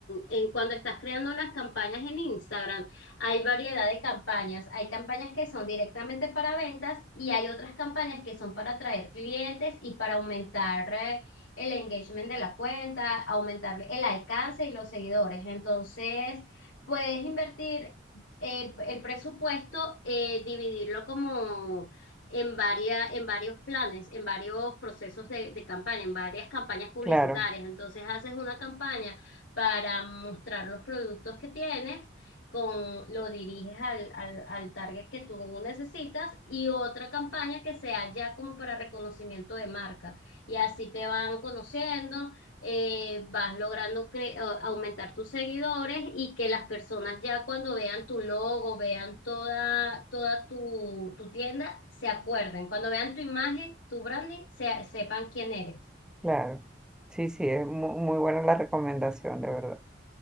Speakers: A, on the left; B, in the centre.
A: en cuando estás creando las campañas en Instagram, hay variedad de campañas. Hay campañas que son directamente para ventas y hay otras campañas que son para atraer clientes y para aumentar eh, el engagement de la cuenta, aumentar el alcance y los seguidores. Entonces, puedes invertir eh, el presupuesto, eh, dividirlo como en varias en varios planes, en varios procesos de, de campaña, en varias campañas publicitarias.
B: claro,
A: Entonces haces una campaña para mostrar los productos que tienes, con, lo diriges al, al, al target que tú necesitas y otra campaña que sea ya como para reconocimiento de marca. Y así te van conociendo, eh, vas logrando cre- a- aumentar tus seguidores y que las personas ya cuando vean tu logo, vean toda, toda tu, tu tienda, se acuerden. Cuando vean tu imagen, tu branding, se- sepan quién eres.
B: claro. Sí, sí, es mu- muy buena la recomendación, de verdad.